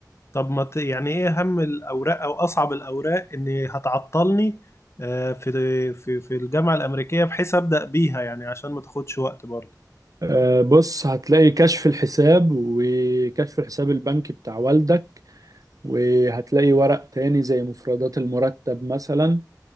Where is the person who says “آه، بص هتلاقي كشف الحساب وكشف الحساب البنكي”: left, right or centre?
Right